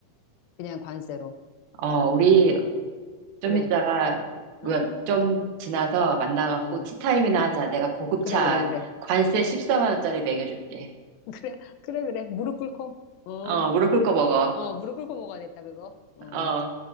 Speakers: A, on the left; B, on the right.
A: 그냥 관세로.
B: 어, 우리
A: 음,
B: 좀
A: 그래.
B: 이따가, 뭐야,
A: 응,
B: 좀 지나서 만나갖고
A: 응.
B: 티타임이나 하자. 내가 고급차
A: 그래, 그래, 그래.
B: 관세 14만 원짜리 먹여줄게.
A: <laughs> 그래, 그래, 그래. 무릎 꿇고. 어,
B: 어, 무릎 꿇고 먹어.
A: 어, 무릎 꿇고 먹어야 됐다, 그거. 어.
B: 어.